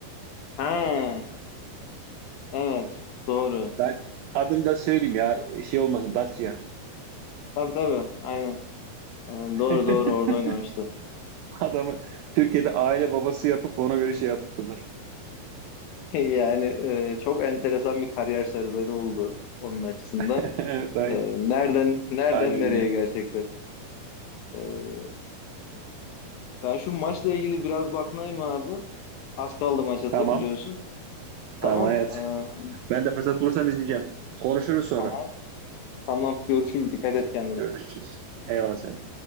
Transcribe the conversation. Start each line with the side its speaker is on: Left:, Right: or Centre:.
Left: He, evet doğru.
Right: Ben adını da söyleyeyim ya şey olmasın Dacia.
Left: Tabii tabii aynen. E, Doğru
Right: <laughs>
Left: doğru orada oynamıştı.
Right: Adamı Türkiye'de aile babası yapıp ona göre şey yaptılar.
Left: <laughs> Yani e, çok enteresan bir kariyer serüveni oldu onun açısından.
Right: <laughs> Evet, ay-
Left: E, nereden nereden
Right: aynen
Left: nereye
Right: öyle.
Left: gerçekten. E, Ben şu maçla ilgili biraz bakınayım abi. Az kaldı maça
Right: Tamam.
Left: da biliyorsun.
Right: Tamam
Left: Tamam.
Right: hayat.
Left: Ee,
Right: Ben de fırsat bulursam izleyeceğim. Konuşuruz sonra.
Left: tamam. Tamam. Görüşürüz. Dikkat et kendine.
Right: Görüşürüz. Eyvallah sen de.